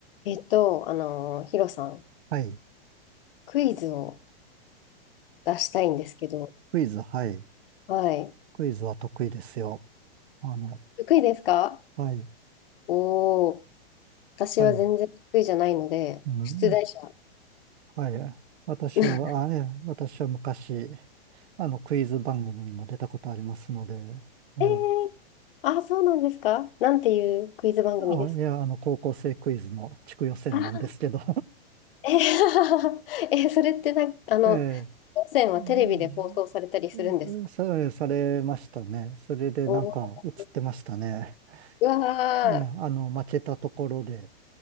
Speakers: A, on the left; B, on the right.
A: えっと、あのー、ヒロさん、
B: はい。
A: クイズを出したいんですけど、
B: クイズ、はい。
A: はい。
B: クイズは得意ですよ。あの、
A: 得意ですか
B: はい、
A: おー、私は全然得意じゃないので、
B: はい、うん、
A: 出題者。
B: はい。私は、
A: <laughs>
B: あ、え、私は昔、あの、クイズ番組にも出たことありますので、ええ、
A: えー、あ、そうなんですかなんていうクイズ番組ですか
B: あ、いや、あの、高校生クイズの地区予選なんですけど、
A: あ、<laughs> えー、<laughs> えーそれってなんか、
B: <laughs>
A: あの、
B: ええ、
A: 当選はテレビで放送されたりするんですか
B: うん、うんさ、されましたね。それでなんか映ってましたね。
A: おー、うわ
B: ええ、
A: ー、
B: あの、負けたところで、